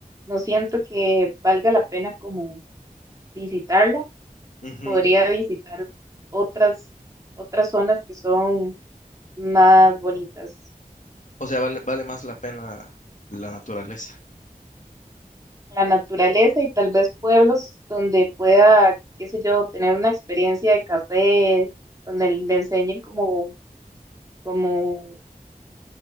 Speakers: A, on the right; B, on the left.
A: no siento que valga la pena como visitarla.
B: ujú.
A: Podría visitar otras, otras zonas que son más bonitas.
B: O sea, vale, vale más la pena la naturaleza.
A: la naturaleza y tal vez pueblos donde pueda, qué sé yo, tener una experiencia de café, donde le enseñen como, como